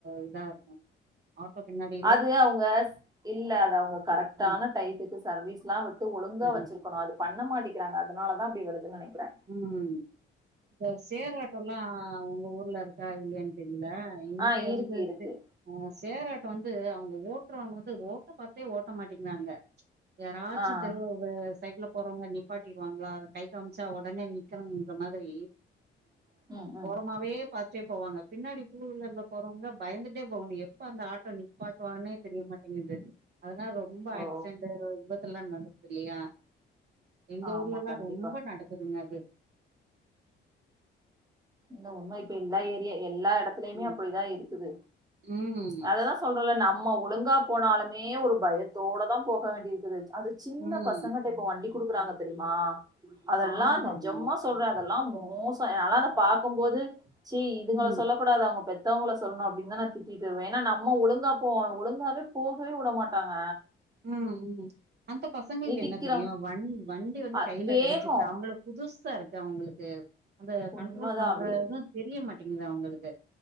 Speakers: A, on the right; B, on the right.
A: இதா இருக் ஆட்டோ பின்னாடி
B: அது அவங்க இல்ல அது அவங்க கரெக்டான
A: ஆ
B: டயத்துக்கு சர்வீஸ்ல்லா விட்டு ஒழுங்கா
A: சர்வீஸ்.
B: வச்சிருக்கணு அது பண்ண மாட்டேக்கறாங்க அதனாலதா அப்டி வருதுன் நெனைக்கிறே
A: ம் இப்ப சேராட்டோல்லா உங்க ஊர்ல இருக்கா இல்லயான்னு தெரியல இங்க
B: ஆஹ் இருக்கு
A: வந்து
B: இருக்கு
A: ஆ சேராட்டோ வந்து அவங்க ஓட்டுறவங்க வந்து ரோட்ட பாத்தே ஓட்ட மாட்டேங்கறாங்க யாராச்சும்
B: ஆஹ்
A: தெருவுல சைக்கில போறவங்க நிப்பாட்டிருவாங்களா அத கை கா ச்சா ஒடனே நிக்கணுங்கற மாரி
B: உம் உம்
A: ஓரமாவே பாத் ட்டே போவாங்க பின்னாடி டூ வீலர்ல போறவங்க பயந்துட்டே போவாங்க எப்ப அந்த ஆட்டோ நிப்பாட்டுவான்னே தெரிய மாட் டேங்குது அதனால ரொம்ப
B: ஓ
A: ஆக்சிடென் விபத்து எல்லா நடக்குது இல்லையா எங்க
B: ஆமா
A: ஊர்லல்லா
B: கண்டிப்பா
A: ரொம்ப நடக்குதுங்க அது
B: இந்த உண்மை இப்ப எல்லா ஏரியா எல்லா எடத்துலயுமே
A: ம்
B: அப்டிதா இருக்குது
A: ம்
B: அததா சொல்றேல நம்ம ஒழுங்கா போனாலுமே ஒரு பயத்தோட தா போக வேண்டிய இருக்குது அது சின்ன
A: ம்
B: பசங்கட்ட இப்ப வண்டி குடுக்குறாங்க தெரியுமா அதெல்லா
A: ஆமா
B: நெஜமா
A: ஆமாங்க
B: சொல்றே அதெல்லா மோசோ ஆனா அத பாக்கும்போது சி இதுங்கள
A: ம்
B: சொல்ல கூடாது அவங்க பெத்தவங்கள சொல்லணும் அப்டினுதா நா திட்டிட்டு வருவே ஏன்னா நம்ம ஒழுங்கா போவோ ஒழுங்காவே போகவே விட மாட்டாங்க
A: ம் ம் அந்த பசங்களுக்கு
B: இடிக்கிறோ
A: என்ன தெரியும் வண் வண்டி வந்து
B: அ
A: கையில
B: வேகோ
A: கெடைச்சிட்டா அவங்கள புதுசா இருக்கு அவங்களுக்கு அந்த கண்ட்ரோல்
B: உண்மதாவே
A: பண்ற இதும் தெரிய மாட்டேங்குது அவங்களுக்கு